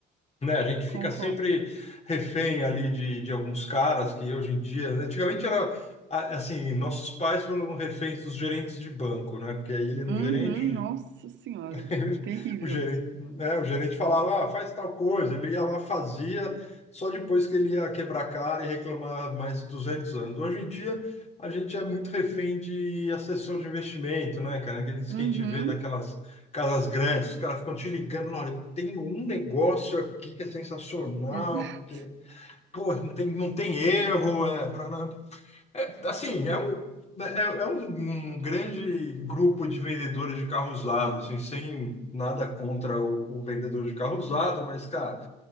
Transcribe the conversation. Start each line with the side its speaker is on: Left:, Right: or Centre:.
Left: né? A gente fica
Right: concordo.
Left: sempre refém ali de, de alguns caras que hoje em dia, antigamente era a- assim, nossos pais foram reféns dos gerentes de banco, né? Porque aí ele era
Right: Uhum,
Left: um gerente,
Right: nossa senhora,
Left: <laughs>
Right: terrível.
Left: O gerente, né, o gerente falava, ah, faz tal coisa, ele ia lá, fazia, só depois que ele ia quebrar a cara e reclamar mais 200 anos. Hoje em dia, a gente é muito refém de assessor de investimento, né, cara? Aqueles
Right: Uhum,
Left: que a gente vê daquelas casas grandes, os caras ficam te ligando, olha, tem um negócio aqui que é sensacional,
Right: exato.
Left: porque, pô, não tem, não tem erro, é, para é, assim, é um, né, é, é um, um grande grupo de vendedores de carro usado, assim, sem nada contra o, o vendedor de carro usado, mas, cara,